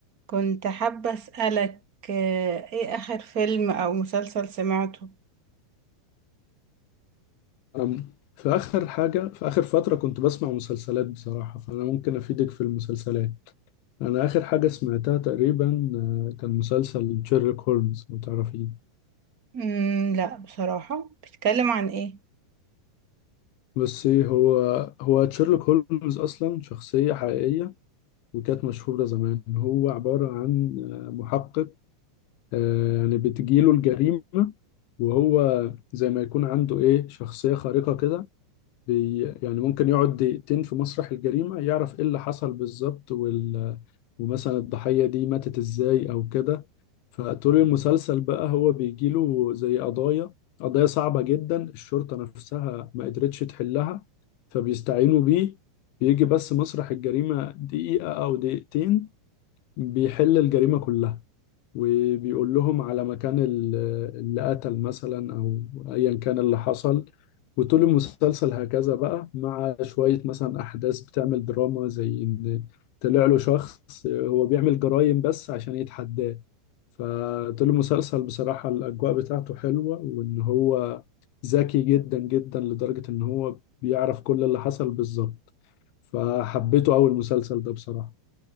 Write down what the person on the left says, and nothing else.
أم، في آخر حاجة في آخر فترة كنت بسمع مسلسلات بصراحة فأنا ممكن أفيدك في المسلسلات أنا آخر حاجة سمعتها تقريبا آه، كان مسلسل شيرلوك هولمز لو تعرفيه
بس إيه هو هو شيرلوك هولمز أصلا شخصية حقيقية وكانت مشهورة زمان هو عبارة عن آه، محقق آه، يعني بتجيله الجريمة وهو زي ما يكون عنده إيه شخصية خارقة كده بي يعني ممكن يقعد دقيقتين في مسرح الجريمة يعرف ايه اللي حصل بالظبط وال ومثلا الضحية دي ماتت ازاي او كده فطول المسلسل بقى هو بيجيله زي قضايا قضايا صعبة جدا الشرطة نفسها ما قدرتش تحلها فبيستعينوا بيه بيجي بس مسرح الجريمة دقيقة او دقيقتين بيحل الجريمة كلها وبيقول لهم على مكان ال- اللي قتل مثلا او ايا كان اللي حصل وطول المسلسل هكذا بقى مع شوية مثلا احداث بتعمل دراما زي ان طلع له شخص هو بيعمل جرائم بس عشان يتحداه فطول المسلسل بصراحة الاجواء بتاعته حلوة وان هو ذكي جدا جدا لدرجة ان هو بيعرف كل اللي حصل بالظبط فحبيته اول مسلسل ده بصراحة